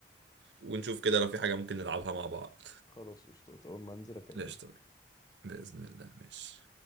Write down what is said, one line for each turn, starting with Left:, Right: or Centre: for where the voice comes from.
Right: ونشوف كده لو في حاجة ممكن نلعبها مع بعض
Left: خلاص قشطات أول ما أنزل أكلمك
Right: قشطة بإذن الله ماشي